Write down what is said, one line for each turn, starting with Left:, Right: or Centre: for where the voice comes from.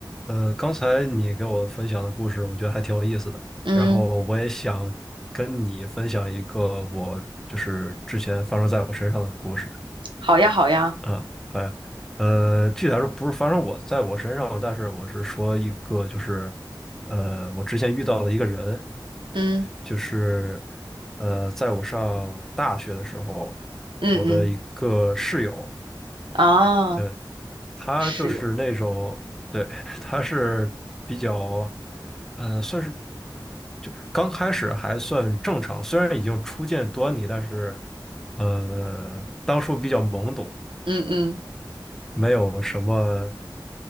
Centre: 呃，刚才你给我分享的故事，我觉得还挺有意思的。
Right: 嗯
Centre: 然后我也想跟你分享一个我就是之前发生在我身上的故事
Right: 好呀，好呀，
Centre: 啊，好呀呃，具体来说不是发生我在我身上，但是我是说一个就是呃，我之前遇到的一个人，
Right: 嗯
Centre: 就是呃，在我上大学的时候，
Right: 嗯嗯
Centre: 我的一个室友。
Right: 啊，
Centre: 呃他就是那种，
Right: 室友，
Centre: 对，他是比较，呃，算是就刚开始还算正常，虽然已经初见端倪，但是，呃，当初比较懵懂，
Right: 嗯嗯，
Centre: 没有什么，